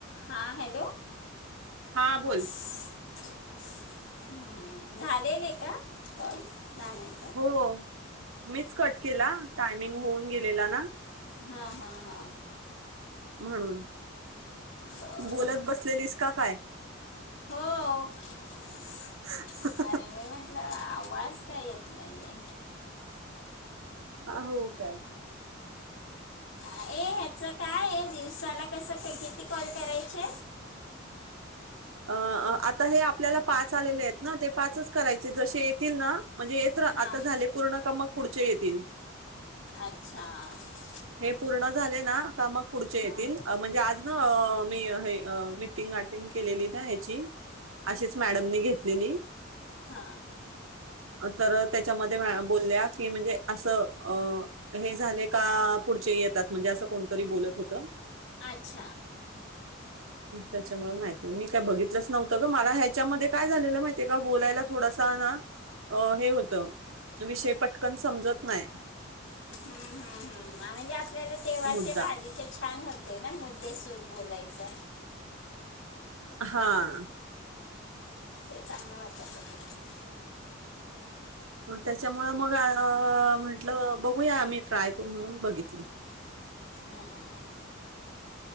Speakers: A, on the left (about 70°); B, on the right (about 85°).
A: हां, हॅलो.
B: हा, बोल.
A: <inaudible> हम्म, झालेले का, कॉल? दहा मिन
B: हो, मीच कट केला. टायमिंग होऊन गेलेला ना.
A: हा, हा, हा.
B: म्हणून.
A: बरं
B: तू बोलत बसलेलीस का, काय?
A: हो. <inaudible>
B: <inaudible>
A: आणि मी म्हटलं, आवाज का येत नाही?
B: हा, हो का?
A: ए, ह्याचं कायेय, दिवसाला कसं, किती कॉल करायचे?
B: अ, अ आता हे आपल्याला पाच आलेलेयत ना, ते पाच करायचे. जसे येतील ना, म्हणजे येत तर
A: हां
B: आता झाले पूर्ण का, मग पुढचे येतील.
A: अच्छा. <inaudible>
B: हे पूर्ण झाले ना, का मग पुढचे
A: हां
B: येतील. म्हणजे आज आ मी हे अ मीटिंग अटेंड केलेली ना, ह्याची. अशीच मॅडमनी घेतलेली.
A: हा.
B: तर त्याच्यामध्ये मॅ बोलल्या की, म्हणजे असं अ हे झाले का, पुढचे येतात. म्हणजे असं कोणतरी बोलत होतं.
A: आच्छा.
B: त्याच्यामुळे माहितीय. मी काय बघितलंच नव्हतं ग. मला ह्याच्यामध्ये, काय झालेलं माहितीय का? बोलायला थोडासा ना अ हे होतं. विषय पटकन समजत नाय.
A: हम्म, हम्, हम्म, हम. म्हणजे, आपल्याला तेव्हाचे
B: मुद्दा
A: भाजीचे छान होते ना, मुद्देसोध बोलायचं.
B: हां.
A: ते चांगलं वाटत होतं.
B: त्याच्यामूळं मग आ म्हंटलं बघूया, आमी ट्राय करू म्हणून, बघितली.
A: हम्म.